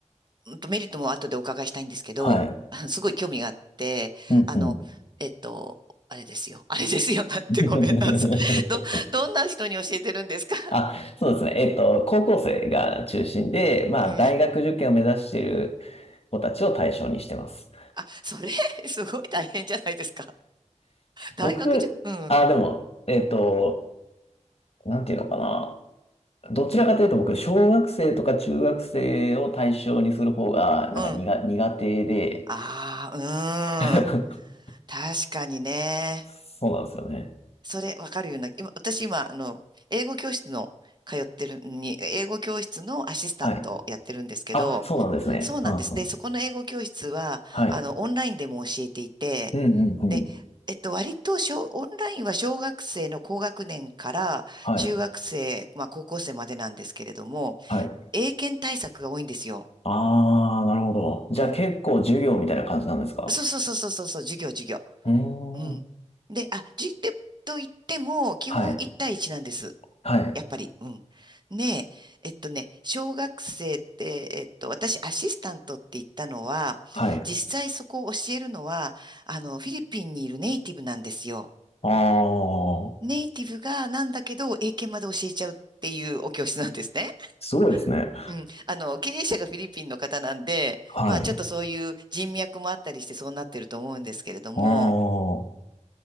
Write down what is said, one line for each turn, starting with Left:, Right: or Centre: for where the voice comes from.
Right: うんとメリットも後でお伺いしたいんですけど、
Left: はい。
Right: <laughs> すごい興味があって、
Left: うん、
Right: あの、
Left: うん。
Right: えっと、あれですよ。<laughs> あれですよ。なんてごめんなさい。
Left: <laughs>
Right: ど、どんな人に教えてるんですか <laughs>
Left: あ、そうですね。えっと、高校生が中心で、まあ、
Right: うん。
Left: 大学受験を目指している子たちを対象にしてます。
Right: あ、それ、<laughs> すごい大変じゃないですか。大学じゅ、
Left: 僕、
Right: うん、
Left: あ、でも、えっと、なんていうのかな。どちらかというと僕、小学生とか中学生を対象にする方が、
Right: うん。
Left: なんか苦、苦手で、
Right: ああ、
Left: <laughs>
Right: うん。確かにね。
Left: そうなんですよね。
Right: それ、わかるような。今、私今、あの、英語教室の、通ってるに、英語教室のアシスタントをやってるんですけど、
Left: はい。あ、そうなんですね。
Right: そうなんです。
Left: うんうん。
Right: で、そこの英語教室は、
Left: はい。
Right: あの、オンラインでも教えていて、
Left: うんうんうん。
Right: で、えっと、割と小、オンラインは小学生の高学年から中学生、
Left: はい。
Right: まあ高校生までなんですけれども、
Left: はい。
Right: 英検対策が多いんですよ。
Left: ああ、なるほど。じゃあ結構授業みたいな感じなんですか？
Right: うん。そうそうそうそうそうそう、授業、授業。
Left: うー
Right: うん。
Left: ん。
Right: で、あ、じ、で、と言っても、基本1対1なんです。
Left: はい。はい。
Right: やっぱり、うん。ねえ、えっとね、小学生って、えっと、私、アシスタントって言ったのは、
Left: はい。
Right: 実際そこを教えるのは、あの、フィリピンにいるネイティブなんですよ。
Left: ああ、
Right: ネイティブがなんだけど、英検まで教えちゃうっていうお教室なんですね。
Left: すごいですね。
Right: <laughs> うん。あの、経営者がフィリピンの方なんで、
Left: はい。
Right: まあ、ちょっとそういう人脈もあったりしてそうなってると思うんですけれども、
Left: ああ、